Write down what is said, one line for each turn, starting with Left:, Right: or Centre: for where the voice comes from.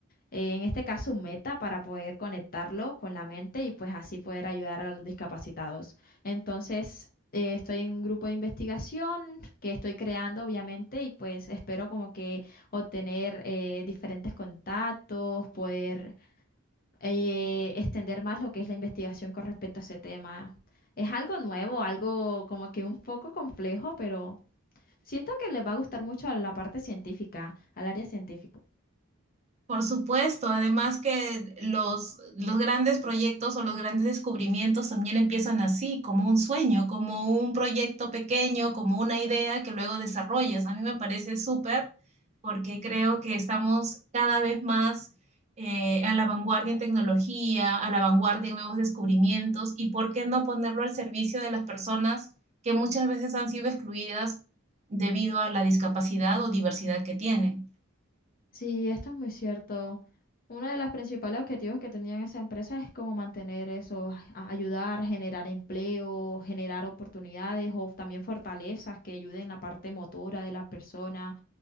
Left: eh, en este caso un meta para poder conectarlo con la mente y pues así poder ayudar a los discapacitados. Entonces, eh, estoy en un grupo de investigación que estoy creando, obviamente, y pues espero como que obtener eh, diferentes contactos, poder eh, extender más lo que es la investigación con respecto a ese tema. Es algo nuevo, algo como que un poco complejo, pero siento que les va a gustar mucho a la parte científica, al área científica.
Right: Por supuesto, además que los, los grandes proyectos o los grandes descubrimientos también empiezan así, como un sueño, como un proyecto pequeño, como una idea que luego desarrollas. A mí me parece súper porque creo que estamos cada vez más eh, a la vanguardia en tecnología, a la vanguardia en nuevos descubrimientos y por qué no ponerlo al servicio de las personas que muchas veces han sido excluidas debido a la discapacidad o diversidad que tienen.
Left: Sí, esto es muy cierto. Uno de los principales objetivos que tenían esa empresa es como mantener eso, a- ayudar, generar empleo, generar oportunidades o también fortalezas que ayuden en la parte motora de la persona